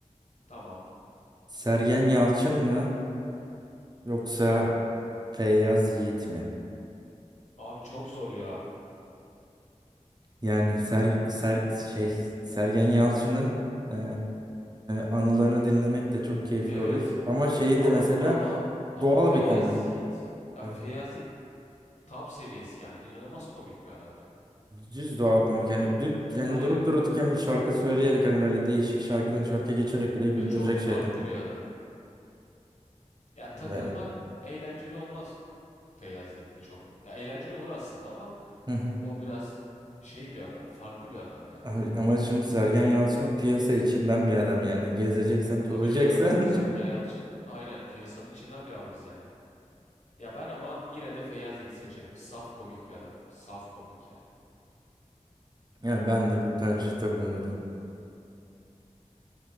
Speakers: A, on the left; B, on the right.
A: tamam.
B: Sergen Yalçın mı yoksa Feyyaz Yiğit mi?
A: Abi çok zor ya.
B: Yani ser, ser, şey Sergen Yalçın'ın eee, anılarını dinlemek de çok keyifli
A: Evet.
B: olur. Ama şeyi
A: Ama
B: de mesela
A: ama ama
B: doğal
A: Feyyaz
B: bir komik.
A: Yiğit. Ya
B: Evet.
A: Feyyaz Yiğit top seviyesi yani. inanılmaz komik bir adam ya.
B: Düz doğal komik. Yani, düp, yani
A: Aynen.
B: durup dururken bir şarkı söyleyerek hani böyle değişik şarkıdan şarkıya geçerek bile güldürecek
A: Ve çok farklı
B: şeydi.
A: bir adam. Ya takılmak
B: Ya.
A: eğlenceli olmaz. Feyyaz Yiğit'le çok. Ya eğlenceli olur aslında ama
B: Hı hı.
A: o biraz şey bir adam, farklı bir adam yani.
B: Abi Ama şimdi Sergen Yalçın'ı piyasa içinden bir adam yani gezeceksen tozacaksan
A: Tabii canım. Sergen Yalçın aynen piyasanın içinden bir abimiz yani. Ya ben ama yine de Feyyaz Yiğit'i seçerim. Saf komik bir adam. Saf komik yani.
B: <laughs> yani ben de bu tercihte bulunurdum.